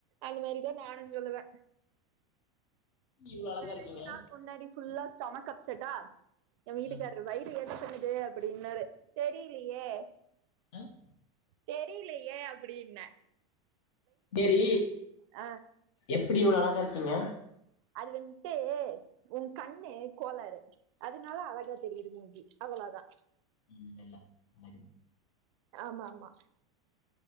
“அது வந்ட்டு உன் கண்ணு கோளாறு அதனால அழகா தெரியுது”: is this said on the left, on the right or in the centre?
Right